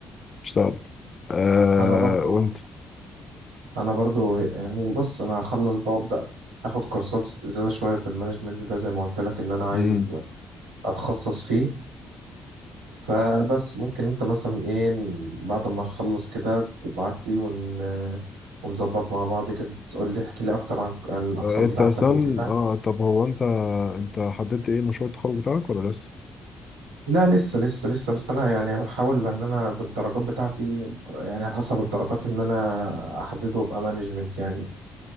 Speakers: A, on the left; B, on the right.
A: اشتغل آه
B: انا برضو
A: وانت
B: انا برضو يعني بص انا هخلص بقى وابدا اخد كورسات زياده شويه في المانجمنت ده زي ما قلت لك ان انا عايز
A: امم
B: اتخصص فيه فبس ممكن انت مثلا ايه بعد ما نخلص كده تبعت لي ون... ونظبط مع بعض كده تقول لي احكي لي اكتر عن عن الاقسام
A: آه انت
B: بتاعتك
A: اصلا
B: وكده
A: اه طب هو انت انت حددت ايه مشروع التخرج بتاعك ولا لسه؟
B: لا لسه لسه لسه بس انا يعني بحاول ان انا بالدرجات بتاعتي يعني حسب الدرجات ان انا احدده ابقى مانجمنت يعني